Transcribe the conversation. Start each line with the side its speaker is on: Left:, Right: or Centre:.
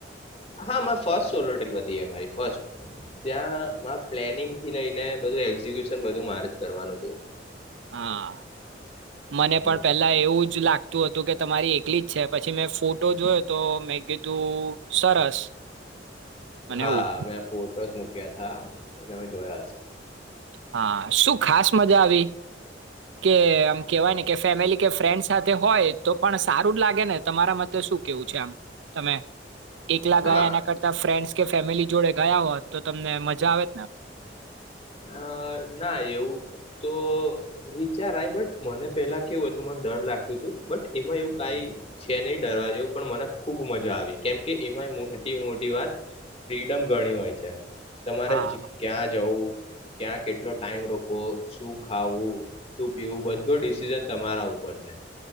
Left: હા મા ફર્સ્ટ સોલો ટ્રીપ હતી એ મારી. ફસ્ટ ત્યાંમાં પ્લેનિંગથી લઈને બધું એક્ઝિક્યુશન બધું મારે કરવાનું હતું.
Right: હા મને
Left: હમ.
Right: પણ પેલા એવું જ લાગતું. હતું કે તમારી એકલી જ. અચ્છા પછી મેં ફોટો જોયો તો મેં કીધું સરસ મને
Left: હા
Right: એવું
Left: મે ફોટો. મૂક્યાા તમે. જોયા હશે
Right: હા શું. ખાસ મજા આવી કે આમ કેવાય ને કે ફેમિલી કે ફ્રેન્ડ સાથે હોય તો પણ સારું જ લાગે ને તમારા મ શું કેવું છે આમ તમે. એકલા
Left: હા
Right: ગયા એના કરતા ફ્રેન્ડ. કે ફેમિલી જોડે ગયા હોત તો તમને મજા આવે ને.
Left: અ ના એવું. તો વિચારાય બટ મને પેલા કેવું હતું મને ડર લાગતું હતું બટ એમાં એવું કઈ છે નહી ડરવા જેવું પણ મને ખુબ મજા આવી કેમકે એમાં મોટી મોટી વાત ફ્રીડમ ગણી હોય છે. તમારે
Right: હા
Left: ક્યાં જવું. ક્યાં કેટલો ટાઈમ રોકો શું ખાવું શું પીવું બધો ડિસિઝન તમારા ઉપર છે